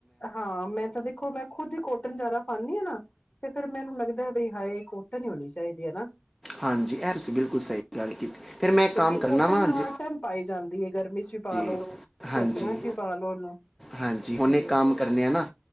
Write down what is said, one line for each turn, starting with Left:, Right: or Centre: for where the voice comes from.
Left: ਹਾਂ, ਮੈਂ ਤਾਂ ਦੇਖੋ ਮੈਂ ਖੁੱਦ ਹੀ ਕੋਟਨ ਜ਼ਿਆਦਾ ਪਾਉਦੀ ਹਾਂ ਨਾ, ਤੇ ਫੇਰ ਮੈਨੂੰ ਲੱਗਦਾ ਹੈ ਹਾਏ ਕੋਟਨ ਹੀ ਹੋਣੀ ਚਾਹੀਦੀ ਹੈ ਨਾ
Centre: ਹਾਂਜੀ ਇਹ ਤੁਸੀਂ ਬਿਲਕੁਲ ਸਹੀ ਗੱਲ ਕੀਤੀ ਫਿਰ ਮੈਂ ਇੱਕ
Left: ਕਿਉਂਕਿ
Centre: ਕੰਮ ਕਰਨਾ
Left: ਕੋਟਨ
Centre: ਵਾਂ
Left: ਹਰ
Centre: ਜ-
Left: ਟਾਈਮ ਪਾਈ ਜਾਂਦੀ ਹੈ ਗਰਮੀ 'ਚ ਵੀ ਪਾ ਲੋ।
Centre: ਹਾਂਜੀ- ਹਾਂਜੀ
Left: ਸਰਦੀਆਂ ਚ ਵੀ ਪਾ ਲੋ ਉਹਨੂੰ
Centre: -ਹਾਂਜੀ, ਉਹਨੇ
Left: ਤੇ
Centre: ਕੰਮ ਕਰਨੇ ਆ ਨਾ